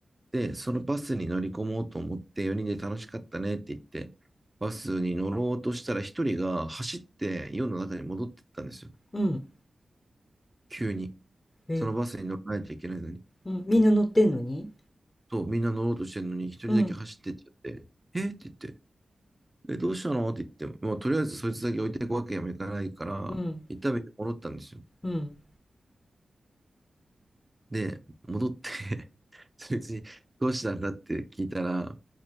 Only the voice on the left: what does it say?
うん。
え、
うん。みんな乗ってんのに
うん。
うん。
うん。